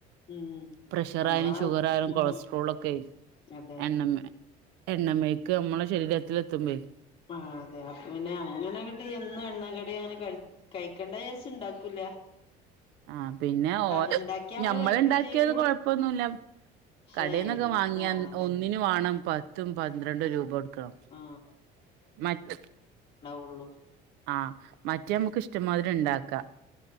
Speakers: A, on the left; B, on the right.
A: ഉം
B: പ്രഷർ
A: നമ്മളാ
B: ആയാലും ഷുഗർ ആയാലും
A: ഉം
B: കൊളസ്ട്രോൾ ഒക്കെ
A: അതെ
B: എണ്ണമ്മെ എണ്ണമേഴ്ക്ക് നമ്മള ശരീരത്തിൽ എത്തുമ്പയ്
A: മാഹ്തെ അപ്പപിന്നെ അങ്ങനെങ്ങട്ട് എ ന്നും എണ്ണ കടി അങ്ങനെ കയ് കഴിക്കണ്ടചാരിച്ച് ണ്ടാക്കൂല്യ
B: ആഹ് പിന്നെ ഓ
A: ഇണ്ടാക്കിയാ നമ്മള്
B: ഞമ്മൾ
A: കഴിക്കും
B: ണ്ടാക്കിയത്
A: ചെയ്യും
B: കൊഴപ്പൊന്നുല്ല
A: പക്ഷെ
B: കടേന്നൊക്കെ
A: ഏത്
B: വാങ്ങിയാ
A: ആ അതന്നെ
B: ഒന്നിനു വേണം പത്തും പന്ത്രണ്ടും രൂപട് ക്ക
A: ആ
B: മറ്റ്
A: ഒള്ളു
B: ആഹ് മറ്റേ മുക്ക് ഇഷ്ടംമാതിരി ണ്ടാക്കാം